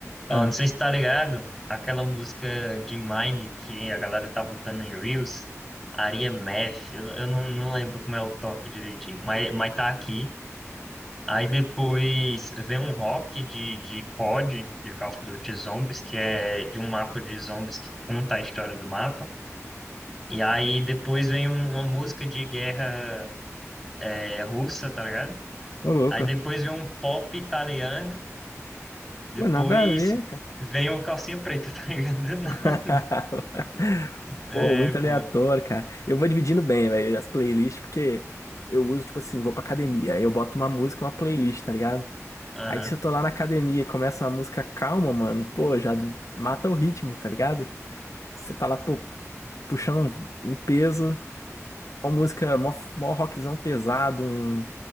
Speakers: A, in the centre; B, on the left.
A: Ó,
B: Ah,
A: não sei se tá ligado, aquela música de Mine que a galera tá botando em Reels, Aria Math, eu, eu não, não lembro como é o toque direitinho, mas, mas tá aqui. Aí depois vem um rock de, de COD, de Call of Duty Zombies, que é de um mapa de zombies que conta a história do mapa. E aí depois vem um- uma música de guerra é, russa, tá ligado?
B: ô louco.
A: Aí depois vem um pop italiano, depois
B: Pô, nada a ver, cara.
A: vem uma calcinha preta, <laughs> tá ligado? Do nada.
B: <laughs>
A: É,
B: Pô, muito aleatório,
A: pô.
B: cara. Eu vou dividindo bem, velho, as playlists, porque eu uso, tipo assim, vou pra academia, aí eu boto uma música, uma playlist, tá ligado?
A: Aham.
B: Aí se eu tô lá na academia e começa uma música calma, mano, pô, já mata o ritmo, tá ligado? Você tá lá, pô, puxando um um peso, uma música, mó, mó rockzão pesado, um...